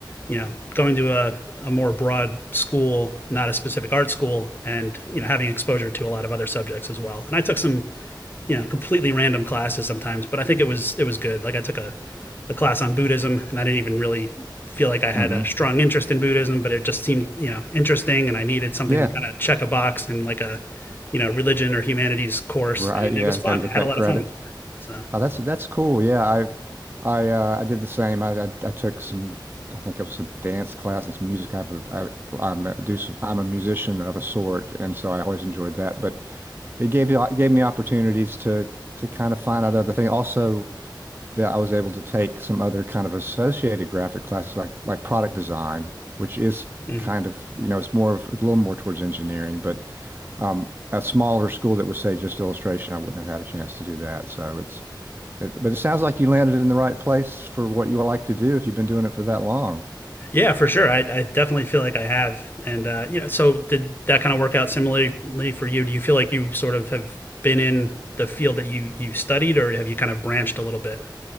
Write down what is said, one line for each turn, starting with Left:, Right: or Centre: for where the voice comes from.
Left: you know, going to a, a more broad school, not a specific art school, and you know having exposure to a lot of other subjects as well. And I took some you know completely random classes sometimes but i think it was it was good like i took a, a class on buddhism and i didn't even really feel like i had
Right: hmm
Left: a strong interest in buddhism but it just seemed you know interesting and i needed something
Right: Yeah.
Left: to kind of check a box in like a you know religion or humanities course
Right: Right,
Left: and
Right: yeah,
Left: it was fun
Right: got to get
Left: i had
Right: that
Left: a lot
Right: credit.
Left: of fun with it so
Right: Oh, that's that's cool. Yeah, I I uh I did the same. I I, I took some I think it was a dance class and some music. I have a, I, I'm a, do some, I'm a musician of a sort, and so I always enjoyed that. But it gave you it gave me opportunities to to kind of find out other things. Also, that I was able to take some other kind of associated graphic classes like like product design, which is
Left: mhm.
Right: kind of, you know, it's more of it's a little more towards engineering, but um a smaller school that would say just illustration, I wouldn't have had a chance to do that. So it's it, but it sounds like you landed in the right place for what you would like to do if you've been doing it for that long.
Left: yeah for sure I, I definitely feel like i have and uh you know so did that kind of work out similarly for you do you feel like you sort of have been in the field that you you studied or have you kind of branched a little bit